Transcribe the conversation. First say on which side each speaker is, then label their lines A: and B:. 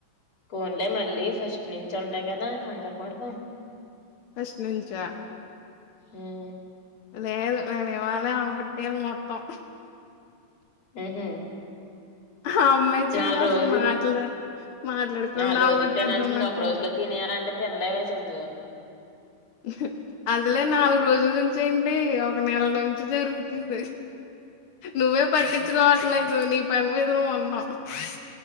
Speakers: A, on the left (about 40°); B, on the left (about 60°).
A: కోన్లే మళ్ళీ ఫస్ట్ నించొంటాయి. కదా కంగారుమార్గం
B: ఫస్ట్ నుంచా
A: హ్మ్
B: లేదు. నేను ఇవళ్ళె ఆమ్మట్టిల్న్, మొత్తం
A: హ్మ్మ్
B: ఆ అమ్మాయి
A: ఇనాల్గు
B: చూడు అసలు
A: రోజులు
B: మాటలు
A: త్తి,
B: మాట్లాడకుండా
A: నాల్ రోజులు
B: అవగొట్టేద్దాం
A: తినాల్సింది.
B: అనుకుంటది.
A: ఒక రోజులో తినేయలంటే తినలేవేసిందు.
B: హుహ్మ్ అదిలే నాలుగు రోజుల నుంచి, ఏంటి ఒక నెల నుంచి జరుగుతుంది. నువ్వే పట్టించుకోవట్లేదు, నీ ఫెన్ మీదనే ఉన్నా హ్